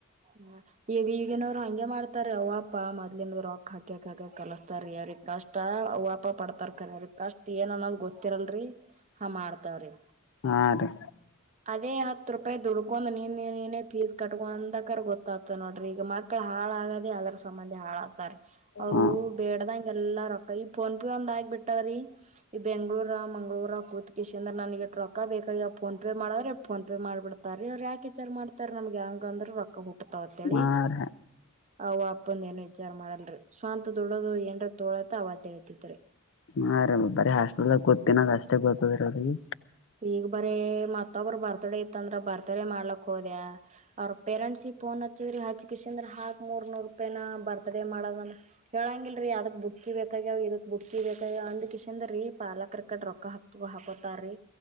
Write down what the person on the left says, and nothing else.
ಹಾ ರೀ
ಹಾ
ಹಾ ರೀ
ಹಾಮ್ ಬರಿ ಹಾಸ್ಪೆಟಲ್ತೀನ ಅಷ್ಟೇ ಗೊತ್ತ ಬರ ಅವ್ರಿಗೆ